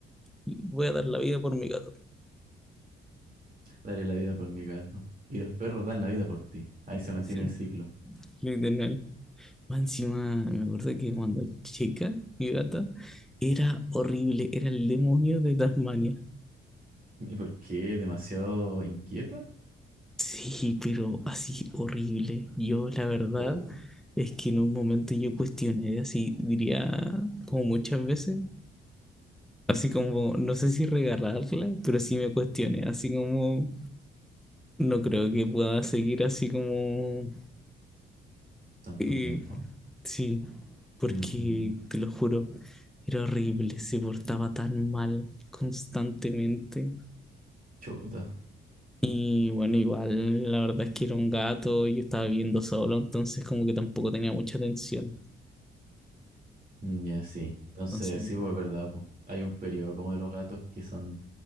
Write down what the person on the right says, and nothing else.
Daré la vida por mi gato. Y los perros dan la vida por ti. Ahí se mantiene
el ciclo.
¿Y por qué? ¿Demasiado inquieta?
Oh,
tanto
tiempo.
Ujú.
Chuta.
Mm, Ya sí. Entonces,
sí, pues es verdad. po. Hay un periodo como de los gatos que son,